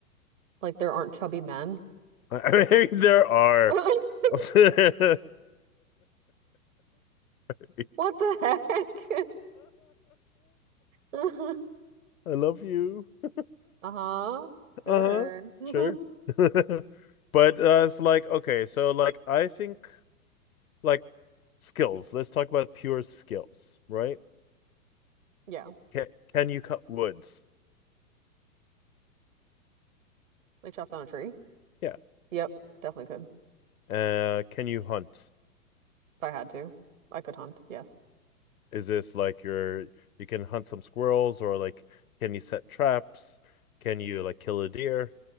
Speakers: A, on the right; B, on the left.
A: Like there aren't chubby men.
B: <laughs> I mean, there are.
A: <laughs>
B: <laughs> I
A: What the heck? <laughs>
B: love you. <laughs>
A: Uh-huh. Sure.
B: Uh-huh.
A: <laughs>
B: Sure. <laughs> But uh, it's like, okay, so like I think like skills. Let's talk about pure skills, right?
A: Yeah.
B: Can, can you cut woods?
A: Like chop down a tree.
B: Yeah.
A: Yep, definitely could.
B: Uh, can you hunt?
A: If I had to. I could hunt, yes.
B: is this like your you can hunt some squirrels or like can you set traps? Can you like kill a deer?